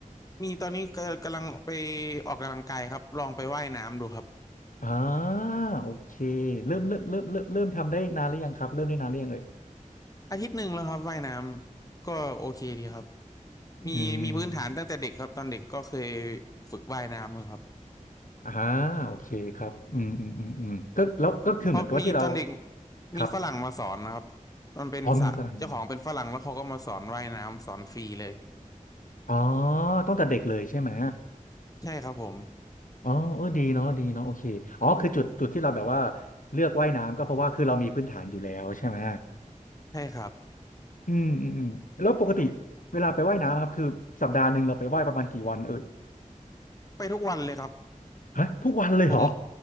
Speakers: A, on the left; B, on the left.
A: มีตอนนี้ก็กำลังไปออกกำลังกายครับลองไปว่ายน้ำดูครับ
B: อ่าโอเคเริ่มเริ่มเริ่มเริ่มเริ่มทำได้นานหรือยังครับเริ่มได้นานหรือยังเอ่ย
A: อาทิตย์หนึ่งแล้วครับว่ายน้ำก็โอเคดีครับ
B: อืม
A: มีมีพื้นฐานตั้งแต่เด็กครับตอนเด็กก็เคยฝึกว่ายน้ำอยู่ครับ
B: อ่าโอเคครับอืมอืมอืมอืมก็แล้วก็คือเหมือนกับว่าที่เรา
A: เพราะมีตอนเด็ก
B: ครับ
A: มีฝรั่งมาสอนนะครับมันเป็นสระเจ้าของเป็นฝรั่งแล้วเขาก็มาสอนว่ายน้ำสอนฟรีเลย
B: อ๋อมีฝรั่งอ๋อตั้งแต่เด็กเลยใช่ไหม
A: ใช่ครับผม
B: อ๋อเออดีเนาะดีเนาะโอเค อ๋อ คือจุด จุดที่เราแบบว่าเลือกว่ายน้ำก็เพราะว่าคือเรามีพื้นฐานอยู่แล้วใช่ไหม
A: ใช่ครับ
B: อืมอืมอืมแล้วปกติเวลาไปว่ายน้ำครับคือสัปดาห์หนึ่งเราไปว่ายประมาณกี่วันเออ
A: ไปทุกวันเลยครับ
B: ฮะทุกวันเลยเหรอ
A: ผม